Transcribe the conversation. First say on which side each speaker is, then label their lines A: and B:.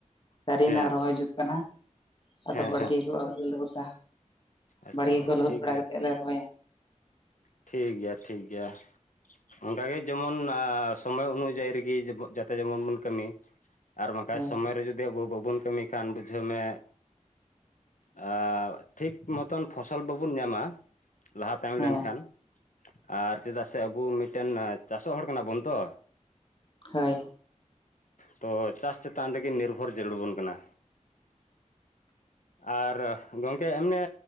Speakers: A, on the left (about 40°); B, on the left (about 80°).
A: ᱫᱟᱹᱨᱤᱭᱱᱟ
B: ᱦᱮᱸ
A: ᱨᱚᱦᱚᱭ ᱡᱩᱛ ᱠᱟᱱᱟ᱾
B: ᱦᱮᱸ
A: ᱟᱫᱚ
B: ᱦᱮᱸ
A: ᱵᱟᱲᱜᱤ ᱠᱚ ᱟᱹᱣᱨᱤ ᱞᱮ ᱞᱟᱹᱦᱩᱛᱟ
B: ᱟᱪᱪᱷᱟ
A: ᱵᱟᱲᱜᱤ ᱠᱚ ᱞᱟᱹᱦᱩᱫ
B: ᱴᱷᱤᱠ
A: ᱵᱟᱲᱟ
B: ᱜᱮᱭᱟ
A: ᱠᱟᱛᱮᱫ ᱞᱮ ᱨᱚᱦᱚᱭᱟ᱾
B: ᱴᱷᱤᱠ ᱜᱮᱭᱟ ᱴᱷᱤᱠ ᱜᱮᱭᱟ᱾ ᱚᱱᱠᱟᱜᱮ ᱡᱮᱢᱚᱱ ᱥᱚᱢᱚᱭ ᱚᱱᱩᱡᱟᱭᱤ ᱨᱤᱜᱤ ᱡᱟᱛᱮ ᱡᱮᱢᱚᱱ ᱵᱚᱱ ᱠᱟᱹᱢᱤ᱾ ᱟᱨ ᱵᱟᱝᱠᱷᱟᱡ
A: ᱦᱳᱭ
B: ᱥᱚᱢᱚᱭ ᱨᱮ ᱡᱩᱫᱤ ᱟᱵᱚ ᱵᱟᱵᱚᱱ ᱠᱟᱹᱢᱤ ᱠᱷᱟᱱ ᱵᱩᱡᱷᱟᱹᱣ ᱢᱮ, ᱟ ᱴᱷᱤᱠ ᱢᱚᱛᱚᱱ ᱯᱷᱚᱥᱚᱞ ᱵᱟᱵᱩᱱ ᱧᱟᱢᱟ ᱞᱟᱦᱟ ᱛᱟᱭᱚᱢ
A: ᱦᱮᱸ
B: ᱞᱮᱱᱠᱷᱟᱱ᱾ ᱟᱨ ᱪᱮᱫᱟᱜ ᱥᱮ ᱟᱵᱩ ᱢᱤᱴᱮᱱ ᱪᱟᱥᱚᱜ ᱦᱚᱲ ᱠᱟᱱᱟ ᱵᱚᱱ ᱛᱚ᱾
A: ᱦᱳᱭ᱾
B: ᱛᱚ ᱪᱟᱥ ᱪᱮᱛᱟᱱ ᱨᱮᱜᱮ ᱱᱤᱨᱵᱷᱚᱨ ᱡᱟᱹᱨᱩᱲᱵᱚᱱ ᱠᱟᱱᱟ᱾ ᱟᱨ ᱜᱚᱝᱠᱮ ᱮᱢᱱᱮ